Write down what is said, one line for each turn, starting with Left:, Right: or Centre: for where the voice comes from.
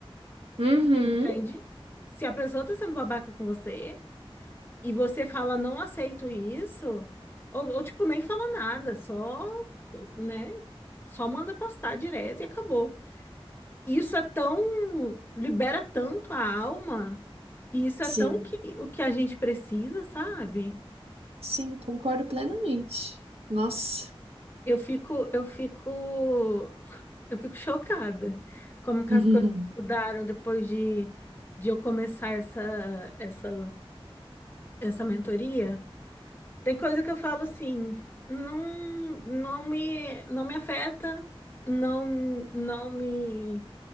Right: Uhum.
Left: entende? Se a pessoa tá sendo babaca com você e você fala, não aceito isso, ou, ou tipo, nem fala nada, só, né, só manda pastar direto e acabou. Isso é tão, libera tanto a alma, e isso
Right: Sim,
Left: é tão que, o que a gente precisa, sabe?
Right: sim, concordo plenamente. Nossa.
Left: Eu fico, eu fico, eu fico chocada como que
Right: Uhum.
Left: as coisas mudaram depois de, de eu começar essa, essa, essa mentoria. Tem coisa que eu falo assim, não, não me, não me afeta, não, não me,